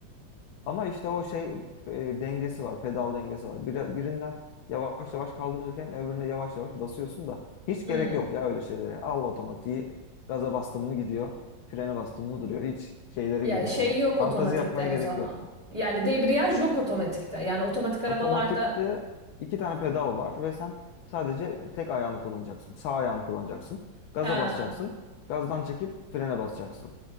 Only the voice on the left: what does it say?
Ama işte o şey e, dengesi var, pedal dengesi var. Bir, birinden yavaş yavaş kaldırırken öbürüne yavaş yavaş basıyorsun da hiç
gerek yok ya öyle şeylere. Al otomatiği, gaza bastın mı gidiyor, frene bastın mı duruyor. Hiç şeylere
girme
yani.
Fantazi
yapmaya gerek
yok.
Otomatikte iki tane pedal var ve sen sadece tek ayağını kullanacaksın. Sağ ayağını kullanacaksın. Gaza
basacaksın. Gazdan çekip frene basacaksın.